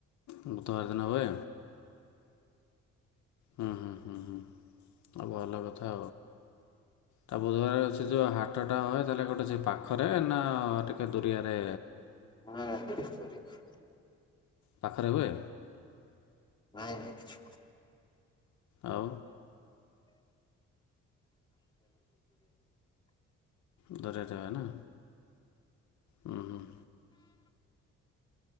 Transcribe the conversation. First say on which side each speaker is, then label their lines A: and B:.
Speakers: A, on the left (about 70°); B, on the left (about 15°).
A: ବୁଧବାର ଦିନ ହୁଏ। ହୁଁ ହୁଁ ହୁଁ ହୁଁ ଆଉ ଭଲ କଥା। ତ ବୁଧବାର ସେ ଯେଉ ହାଟ ଟା ହୁଏ ତାହେଲେ ଗୋଟେ ସେ ପାଖରେ ନା ଟିକେ ଦୁରିଆରେ।
B: ନା ଦୁରିଆ ଦୁରିଆ।
A: ପାଖରେ ହୁଏ।
B: ନାଇଁ ନାଇଁ।
A: ଆଉ। ଦୂରରେ ହୁଏ ନା। ଉଁ ହୁଁ ହୁଁ।